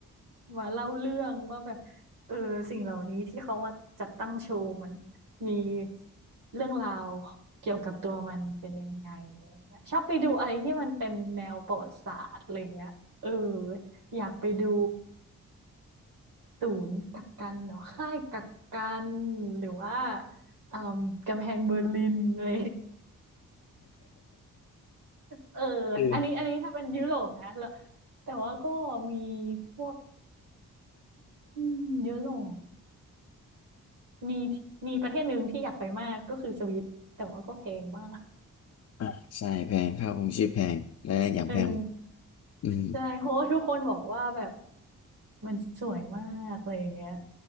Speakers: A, on the right (about 75°); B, on the left (about 50°).
A: มาเล่าเรื่องว่าแบบเออสิ่งเหล่านี้ที่เขามาจัดตั้งโชว์มันมีเรื่องราวเกี่ยวกับตัวมันเป็นยังไงอะไรเงี้ยชอบไปดูอะไรที่มันเป็นแนวประวัติศาสตร์อะไรเงี้ยเอออยากไปดูศูนย์กักกันเนาะค่ายกักกันหรือว่าเอ่อกำแพงเบอร์ลินอะไร เออ
B: <laughs> คือ
A: อันนี้อันนี้ถ้าเป็นยุโรปนะแล้วแต่ว่าก็มีพวกอืมยุโรปมีมีประเทศหนึ่งที่อยากไปมากก็คือสวิตแต่ว่าก็แพงมาก
B: อ่าใช่แพงค่าครองชีพแพงและอย่างแพงหมด
A: เออ
B: อืม
A: ใช่เพราะว่าทุกคนบอกว่าแบบมันสวยมากอะไรอย่างเงี้ย